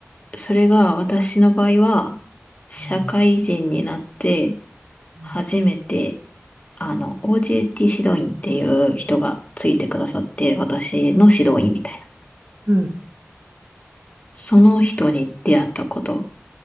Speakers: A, on the left; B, on the right.
A: それが私の場合は、社会人になって
B: うん。うん。
A: 初めて、あの、OJT 指導員っていう人がついてくださって、私の指導員みたいな。
B: うん
A: その人に出会ったこと。